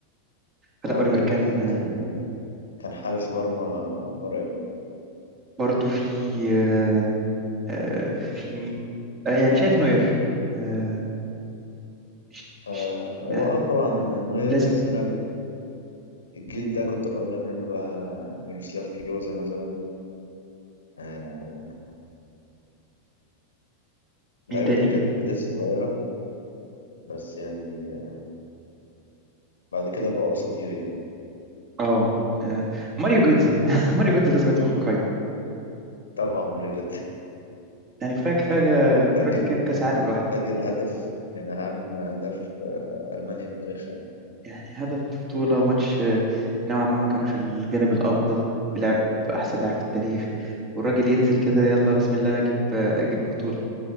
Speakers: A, on the right; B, on the left.
A: فلا
B: أوليفر
A: اوليفر كان
B: كان
A: آه،
B: كان كان حارس مرمى مرعب
A: برضو في آه، آه، في مين آه، يعني شايف نوير آه، مش
B: آه
A: مش
B: هو
A: يعني
B: اه طبعا نوير
A: لازم
B: بس انا الجيل ده كنت اقول لك منه بقى ميروسلاف كلوزا مثلا آه اللعيبه
A: مين تاني
B: دي كانت لسه صغيره بس يعني آه، بعد كده بقوا اساطير يعني
A: اه آه، ماريو جيتزا <laughs> ماريو جيتزا لازم يدخل القايمة
B: طبعا مريض
A: يعني كفاية كفاية جا-
B: <laughs>
A: الراجل
B: سجل
A: جايب كأس عالم لوحده
B: سجل هدف من اهم اهداف آه المانيا في تاريخها يعني
A: يعني هدف بطولة ماتش آه، نوعا ما ما كانوش الجانب الأفضل بيلعب أحسن لاعب في التاريخ والراجل ينزل كده يلا بسم الله أجيب آه، أجيب بطولة